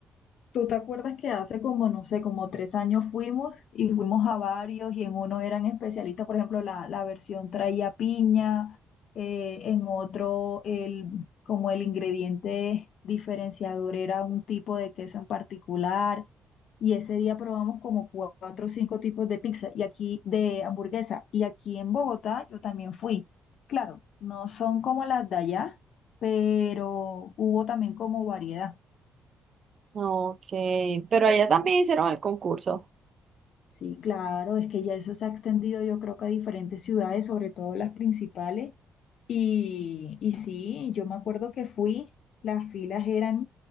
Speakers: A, on the left; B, on the right.
A: ¿Tú te acuerdas que hace como, no sé, como tres años fuimos y fuimos a varios y en uno eran especialistas, por ejemplo, la, la versión traía piña, eh, en otro el, como el ingrediente diferenciador era un tipo de queso en particular y ese día probamos como cua- cuatro o cinco tipos de pizza y aquí de hamburguesa y aquí en Bogotá yo también fui. Claro, no son como las de allá, pero hubo también como variedad.
B: Ok, pero allá también hicieron el concurso.
A: Sí, claro, es que ya eso se ha extendido yo creo que a diferentes ciudades, sobre todo las principales, y, y sí, yo me acuerdo que fui, las filas eran